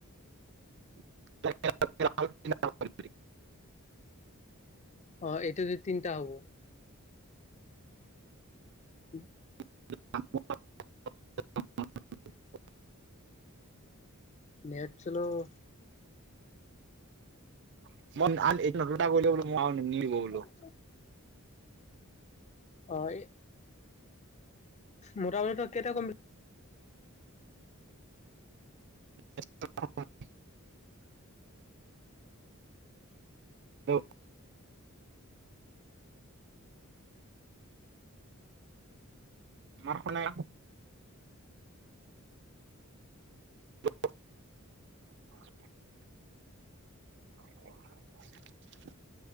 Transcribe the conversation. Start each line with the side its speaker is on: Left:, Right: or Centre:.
Right: <inaudible>
Left: অ, এইটো যে তিনটা হ'ব। উম।
Right: <inaudible>
Left: নেট চল'
Right: <inaudible>
Left: উ। অ, এই মোটামুঠি তই কেইটা কমপি
Right: <inaudible> <inaudible> ম, শনে। <inaudible> <inaudible>